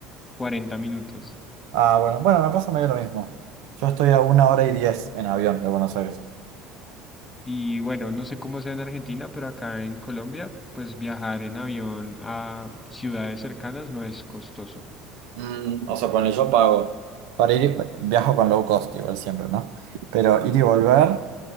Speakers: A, on the left (about 15°); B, on the right (about 75°).
A: 40 minutos.
B: Ah, bueno, bueno, me pasa medio lo mismo, yo estoy a una hora y diez en avión de Buenos Aires.
A: Y bueno, no sé cómo sea en Argentina, pero acá en Colombia, pues viajar en avión a ciudades cercanas no es costoso.
B: Mm, o sea, ponle, yo pago para ir, y- bueno, viajo con low cost igual siempre, ¿no? Pero ir y volver